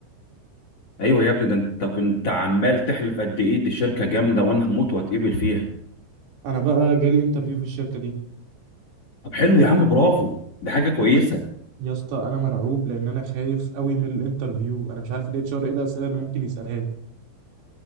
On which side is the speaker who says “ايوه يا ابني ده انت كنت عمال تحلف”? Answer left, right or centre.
Left